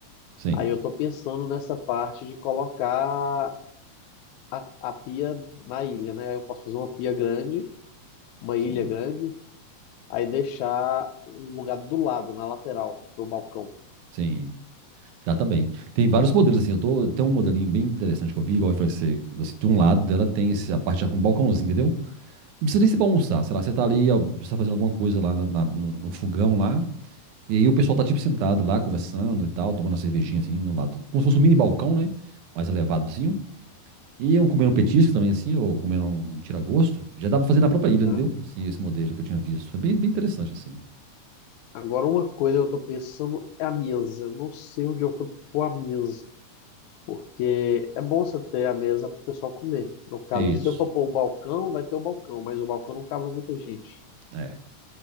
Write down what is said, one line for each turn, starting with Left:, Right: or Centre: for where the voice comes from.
Right: sim,
Left: aí eu estou pensando nessa parte de colocar a, a pia na ilha, né? Aí eu posso fazer uma pia grande uma ilha
Right: sim,
Left: grande, aí deixar um lugar do lado, na lateral, pro balcão.
Right: sim. Dá também. Tem vários modelos assim, eu tô, tem um modelinho bem interessante que eu vi, igual eu falei, você, assim, de um lado dela tem esse, a parte já com balcãozinho, entendeu? Não precisa nem ser pra almoçar, sei lá, você tá ali, ó, você tá fazendo alguma coisa lá na- na- no fogão lá, e aí o pessoal tá tipo sentado lá, conversando e tal, tomando uma cervejinha assim, no lado, como se fosse um mini balcão, né, mais elevadozinho, e um comendo um petisco também assim, ou comendo um tira-gosto, já dá pra fazer na própria
Left: Aham.
Right: ilha, entendeu? Assim, esse modelo que eu tinha visto, é bem, bem interessante assim,
Left: Agora, uma coisa que eu tô pensando é a mesa. Eu não sei onde eu vou pôr a mesa, porque é bom você ter a mesa pro pessoal comer. No caso,
Right: Isso.
Left: se eu for pôr o balcão, vai ter o balcão, mas o balcão não cabe muita gente.
Right: é,